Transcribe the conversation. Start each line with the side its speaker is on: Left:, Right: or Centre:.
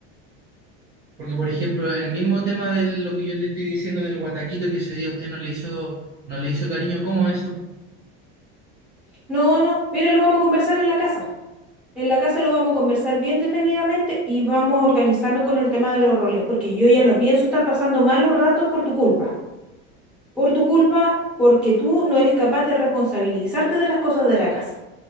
Right: Porque, por ejemplo, el mismo tema de lo que yo te estoy diciendo del guataquito que ese día usted no le hizo, no le hizo cariño, ¿cómo eso?
Centre: No, no, mira, lo vamos a conversar en la casa. En la casa lo vamos a conversar bien detenidamente y vamos a organizarnos con el tema de los roles, porque yo ya no pienso estar pasando malos ratos por tu culpa. Por tu culpa, porque tú no eres capaz de responsabilizarte de las cosas de la casa.